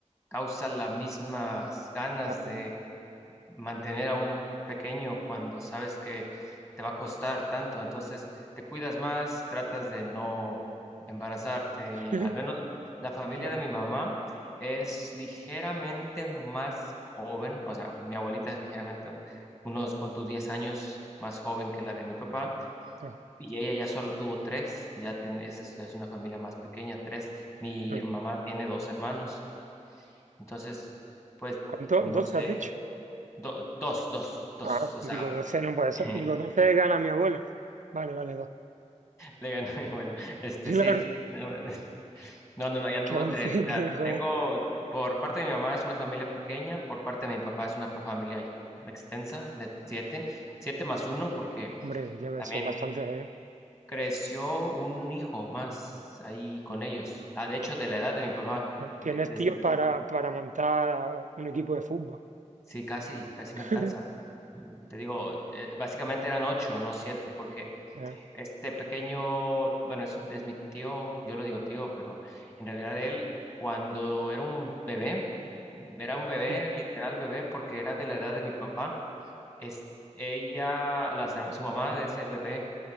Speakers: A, on the left; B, on the right.
A: causa las mismas ganas
B: Claro,
A: de mantener a un pequeño cuando sabes que te va a costar tanto. Entonces, te cuidas más, tratas de no embarazarte
B: <laughs>
A: y al menos la familia
B: claro.
A: de mi mamá es ligeramente más joven, o sea, mi abuelita es ligeramente unos, pon tú, 10 años más joven que la de mi papá
B: Ah,
A: y ella ya solo tuvo tres, ya, ten- es, es ya es una familia más pequeña, tres. Mi
B: claro.
A: her- mamá tiene dos hermanos, entonces, pues,
B: ¿Cuánto?
A: no
B: ¿12
A: sé.
B: has dicho?
A: Do- dos, dos, dos,
B: Ah,
A: o sea,
B: digo 12 no puede ser,
A: <laughs>
B: digo 12 gana mi abuelo. Vale, vale, dos.
A: le ganó mi abuelo. Este,
B: <laughs> Claro.
A: sí, no, no, no, no, ya tuvo
B: que once
A: tres.
B: <laughs>
A: O sea,
B: que joder.
A: tengo, por parte de mi mamá es una familia pequeña, por parte de mi papá es una pa- familia extensa de siete, siete más uno, porque
B: Hombre, ya ves,
A: también
B: son bastantes,
A: creció un hijo más ahí con ellos. Ah, de hecho, de la edad de mi papá,
B: ¿eh? Tienes
A: de- desde,
B: tíos para, para montar un equipo de fútbol.
A: sí, casi, casi
B: <laughs>
A: me alcanza. Mm, Te digo, eh, básicamente eran ocho, no siete, porque
B: Eh,
A: Este pequeño, bueno, es, es mi tío, yo lo digo tío, pero en realidad él, cuando era un bebé, era un bebé,
B: Sí.
A: literal bebé, porque era de la edad de mi papá, es, ella, la, sa- su mamá de ese bebé,